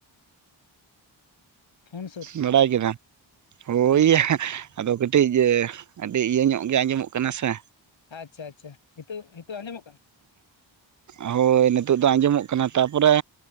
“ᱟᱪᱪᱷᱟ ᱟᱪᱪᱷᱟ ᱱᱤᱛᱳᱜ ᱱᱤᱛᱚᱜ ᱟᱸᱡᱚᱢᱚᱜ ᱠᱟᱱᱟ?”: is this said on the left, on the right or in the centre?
Left